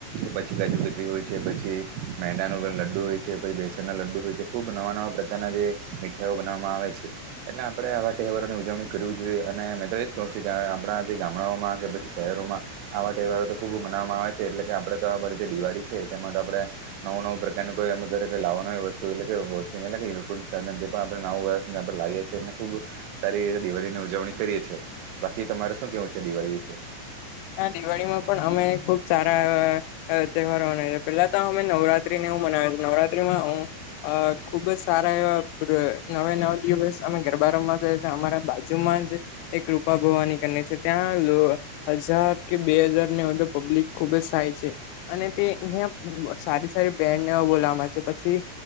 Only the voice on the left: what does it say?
ના દિવાળીમાં પણ અમે ખુબ સારા અ તહેવારો મનાવીએ પેલા તો અમે નવરાત્રી ને એવું મનાવીએ નવરાત્રીમાં હું અ ખુબ જ સારા એવા <unintelligible> નવે નવ દિવસ અમે ગરબા રમવા જઈએ. <unintelligible> અમારા બાજુમાં જ એક રૂપા ભવાની કરીને છે. ત્યાં લો હજાર કે બે હજાર ને હવે તો પબ્લિક ખુબ જ થાય છે. અને તે <unintelligible> સારી સારી બેન્ડને એવું બોલામાં આવે છે. પછી